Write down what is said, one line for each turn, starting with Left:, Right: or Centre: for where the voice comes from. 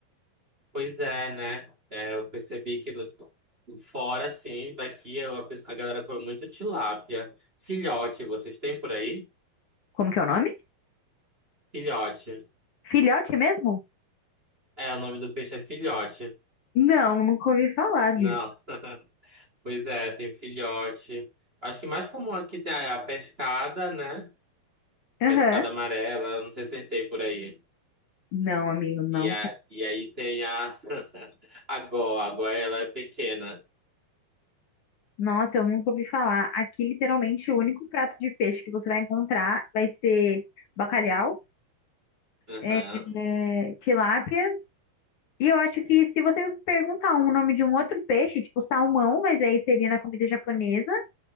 Right: Pois é, né? É, eu percebi que do- tipo, fora, assim, daqui eu- a pessoa- a galera come muito tilápia. Filhote, vocês têm por aí?
Left: Como que é o nome?
Right: Filhote.
Left: Filhote mesmo?
Right: É, o nome do peixe é filhote.
Left: Não, nunca ouvi falar disso.
Right: Não, pois é, tem filhote. Acho que mais comum aqui tem a a pescada, né?
Left: Aham.
Right: Pescada amarela, não sei se tem por aí.
Left: Não, amigo, não
Right: E, a,
Left: tem.
Right: e aí tem a. <laughs> A goa a Gó ela é pequena.
Left: Nossa, eu nunca ouvi falar. Aqui, literalmente, o único prato de peixe que você vai encontrar vai ser bacalhau,
Right: Aham,
Left: é, é, tilápia. E eu acho que se você me perguntar um nome de um outro peixe, tipo salmão, mas aí seria na comida japonesa,